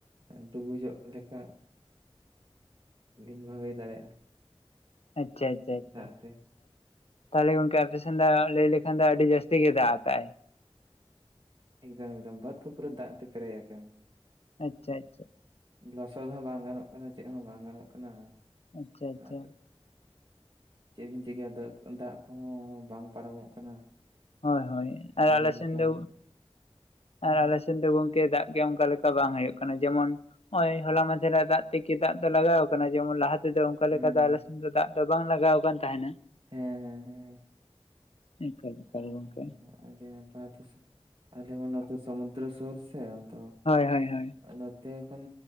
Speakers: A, on the right; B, on the left.
A: ᱰᱩᱵᱩᱡᱚᱜ ᱞᱮᱠᱟ ᱵᱷᱤᱱᱱᱚ ᱦᱩᱭ ᱫᱟᱲᱮᱭᱟᱜᱼᱟ᱾
B: ᱟᱪᱪᱷᱟ ᱟᱪᱪᱷᱟ ᱟᱪᱪᱷᱟ᱾
A: ᱫᱟᱜ ᱛᱮ
B: ᱛᱟᱦᱚᱞᱮ ᱜᱚᱝᱠᱮ ᱟᱯᱮᱥᱮᱱ ᱫᱚ ᱞᱟᱹᱭ ᱞᱮᱠᱷᱟᱱ ᱫᱚ ᱟᱰᱤ ᱡᱟᱥᱛᱤ ᱜᱮ ᱫᱟᱜ ᱟᱠᱟᱜ-ᱟᱭ᱾
A: ᱮᱠᱫᱚᱢ ᱮᱠᱫᱚᱢ ᱵᱟᱹᱫᱽ ᱠᱚ ᱯᱩᱨᱟᱹ ᱫᱟᱜ ᱛᱮ ᱯᱮᱨᱮᱡ ᱟᱠᱟᱱᱟ᱾
B: ᱟᱪᱪᱷᱟ ᱟᱪᱪᱷᱟ᱾
A: ᱞᱚᱥᱚᱫ ᱦᱚᱸ ᱵᱟᱝ ᱜᱟᱱᱚᱜ ᱠᱟᱱᱟ ᱪᱮᱜ ᱦᱚᱸ ᱵᱟᱝ ᱜᱟᱱᱚᱜ ᱠᱟᱱᱟ᱾
B: ᱟᱪᱪᱷᱟ ᱟᱪᱪᱷᱟ᱾
A: ᱟᱨ ᱪᱮᱫ ᱵᱤᱱ ᱪᱤᱠᱟᱹᱭᱟ ᱟᱫᱚ ᱫᱟᱜ ᱠᱚᱦᱚᱸ ᱵᱟᱝ ᱯᱟᱨᱚᱢᱚᱜ ᱠᱟᱱᱟ᱾
B: ᱦᱳᱭ ᱦᱳᱭ ᱟᱨ
A: ᱟᱹᱰᱤ
B: ᱟᱞᱮᱥᱮᱱ
A: ᱜᱚᱴᱟ
B: ᱫᱚ
A: ᱦᱩᱸ
B: ᱟᱨ ᱟᱞᱮᱥᱮ ᱥᱮᱱ ᱫᱚ ᱜᱚᱝᱠᱮ ᱫᱟᱜ ᱜᱮ ᱚᱱᱠᱟ ᱞᱮᱠᱟ ᱵᱟᱝ ᱦᱩᱭᱩᱜ ᱠᱟᱱᱟ ᱡᱮᱢᱚᱱ ᱱᱚᱜ-ᱚᱭ ᱦᱚᱞᱟ ᱢᱟᱫᱷᱮᱨ ᱦᱚᱸᱭ ᱫᱟᱜ ᱛᱮᱠᱮ ᱫᱟᱜ ᱫᱚ ᱞᱟᱜᱟᱣ ᱟᱠᱟᱱᱟ᱾ ᱡᱮᱢᱚᱱ ᱞᱟᱦᱟ ᱛᱮᱫᱚ ᱚᱱᱠᱟ
A: ᱦᱮᱸ
B: ᱞᱮᱠᱟ ᱫᱚ ᱟᱞᱮ ᱥᱮᱱ ᱫᱚ ᱫᱟᱜ ᱫᱚ ᱵᱟᱝ ᱞᱟᱜᱟᱣ ᱠᱟᱱ ᱛᱟᱦᱮᱸᱱᱟ᱾
A: ᱦᱮᱸ ᱦᱮᱸ ᱦᱮᱸ᱾
B: ᱮᱠᱟᱞ᱾ ᱮᱠᱟᱞ
A: ᱚ᱾ <unintelligible>
B: ᱜᱚᱝᱠᱮ
A: ᱟᱞᱮ ᱢᱟ ᱱᱚᱛᱮ ᱥᱚᱢᱩᱫᱫᱨᱚ ᱥᱳᱨ ᱥᱮ ᱟᱫᱚ
B: ᱦᱳᱭ ᱦᱳᱭ ᱦᱳᱭ᱾
A: ᱟ ᱱᱚᱛᱮ ᱠᱷᱚᱱ